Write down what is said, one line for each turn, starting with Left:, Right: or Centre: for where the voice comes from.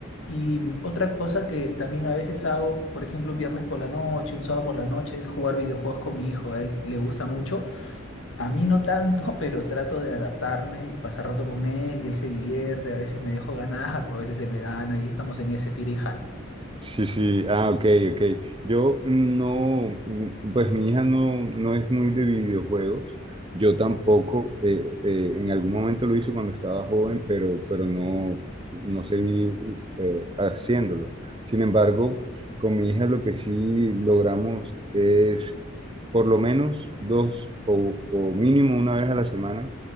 Left: Y mm, otra cosa que también a veces hago, por ejemplo, un viernes por la noche, un sábado por la noche, es jugar videojuegos con mi hijo, a él le gusta mucho, a mí no tanto, <laughs> pero trato de adaptarme y pasar rato con él y él se divierte, a veces me dejo ganar <laughs> o a veces él me gana y estamos en ese tira y jala.
Right: Sí, sí, ah, ok, ok. Yo mm, no, mm, pues mi hija no, no es muy de videojuegos. Yo tampoco, eh, eh, en algún momento lo hice cuando estaba joven, pero, pero no, no seguí uh, eh, haciéndolo. Sin embargo, con mi hija lo que sí logramos es por lo menos dos o, o mínimo una vez a la semana